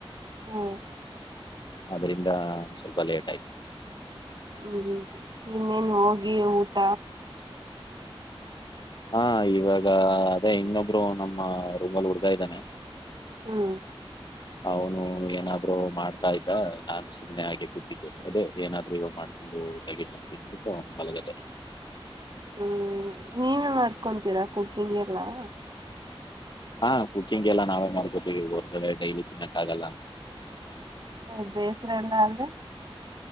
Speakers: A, on the right; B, on the left.
A: ಹ್ಮ
B: ಆದ್ರಿಂದ ಒಂದ್ ಸ್ವಲ್ಪ ಲೇಟ್ ಆಯ್ತು.
A: ಹ್ಮ್ ಹ್ಮ್ ಇನ್ನೇನ್ ಹೋಗಿ ಊಟ
B: ಹಾ ಇವಾಗ ಅದೇ ಇನ್ನೊಬ್ರು ನಮ್ಮ ರೂಮಲ್ಲಿ ಹುಡ್ಗ ಇದ್ದಾನೆ.
A: ಹ್ಮ
B: ಅವ್ನು ಏನಾದ್ರೂ ಮಾಡ್ತಾ ಇದ್ದ ನಾನು ಸ್ ಸುಮ್ನೆ ಹಾಗೆ ಕೂತಿದ್ದೋ ಅದೇ ಏನಾದ್ರೂ ಇವಾಗ್ ಮಾಡ್ಕೊಂಡು ಊಟಗೀಟ ತಿನ್ಬುಟ್ಟು ಮಲ್ಗದೇ.
A: ಹ್ಮ್ ನೀವೇ ಮಾಡ್ಕೊಂತೀರಾ ಕುಕ್ಕಿಂಗ್ ಎಲ್ಲಾ?
B: ಹಾ ಕುಕಿಂಗೆಲ್ಲ ನಾವೇ ಮಾಡ್ಕೊತಿವಿ ಹೊರ್ಗಡೆ ಡೈಲಿ ತಿನ್ನಕ್ ಆಗಲ್ಲ.
A: ಓ ಬೇಸ್ರ ಎಲ್ಲಾ ಆದ್ರೆ?